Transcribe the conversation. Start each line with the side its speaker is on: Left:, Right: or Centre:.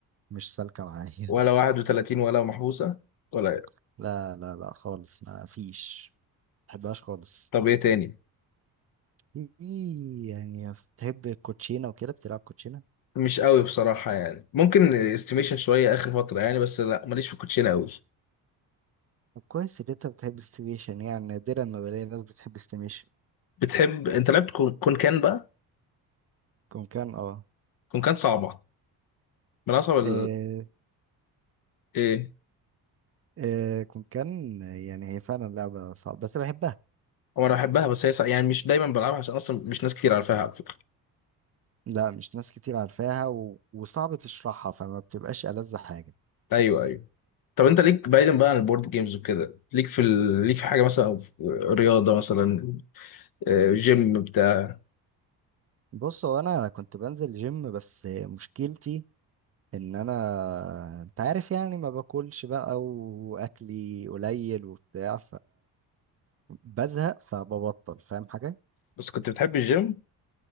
Right: مش سالكة معايا
Left: ولا 31 ولا محبوسة ولا إيه؟
Right: <laughs> لا لا لا خالص ما فيش ما بحبهاش خالص
Left: طب ايه تاني
Right: في يعني بتحب الكوتشينة وكده بتلعب كوتشينة
Left: مش قوي بصراحة يعني ممكن استيميشن شوية آخر فترة يعني بس لا ماليش في الكوتشينة قوي
Right: طب كويس ان انت بتحب استيميشن يعني نادرا ما بلاقي ناس بتحب استيميشن
Left: بتحب انت لعبت كون كان بقى
Right: كون كان اه
Left: كون كان صعبة من أصعب ال...
Right: آه،
Left: ايه
Right: آه، كون كان يعني هي فعلا لعبة صعبة بس بحبها
Left: هو انا بحبها بس هي صع- يعني مش دايما بلعبها عشان اصلا مش ناس كتير عارفاها على فكره
Right: لا مش ناس كتير عارفاها و... وصعب تشرحها فما بتبقاش ألذ حاجة
Left: ايوه ايوه طب انت ليك بعيدا بقى عن البورد جيمز وكده ليك في ال... ليك في حاجه مثلا في رياضه مثلا آه، جيم بتاع
Right: بص هو انا كنت بنزل جيم بس مشكلتي ان انا انت عارف يعني ما باكلش بقى واكلي قليل وبتاع فبزهق فببطل فاهم حاجة
Left: بس كنت بتحب الجيم